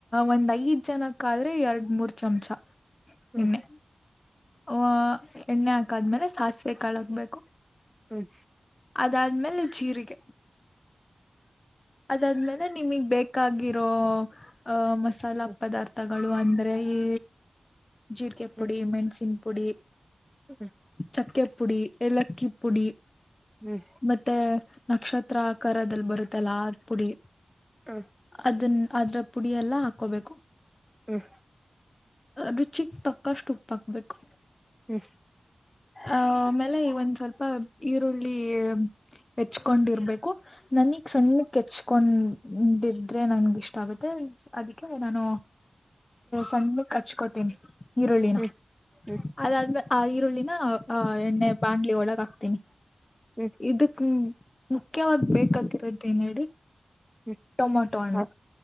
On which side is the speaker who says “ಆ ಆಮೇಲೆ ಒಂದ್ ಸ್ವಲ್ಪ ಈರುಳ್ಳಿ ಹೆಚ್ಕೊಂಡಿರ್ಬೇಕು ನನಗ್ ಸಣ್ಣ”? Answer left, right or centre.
Left